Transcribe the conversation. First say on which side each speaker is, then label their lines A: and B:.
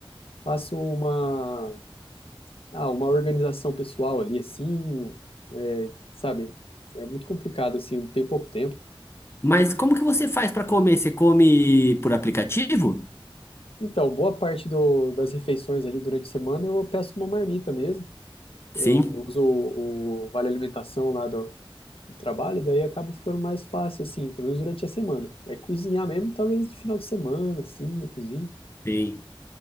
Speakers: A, on the left; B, on the left.
A: faço uma, ah, uma organização pessoal ali, assim, é, sabe? É muito complicado, assim, tem pouco tempo.
B: Mas como que você faz para comer? Você come por aplicativo?
A: Então, boa parte do- das refeições ali durante a semana eu peço uma marmita mesmo.
B: Sim,
A: Eu uso o, o Vale Alimentação lá do, do trabalho, e daí acaba ficando mais fácil, assim, pelo menos durante a semana. É cozinhar mesmo, talvez de final de semana, assim, eu cozinho.
B: sim.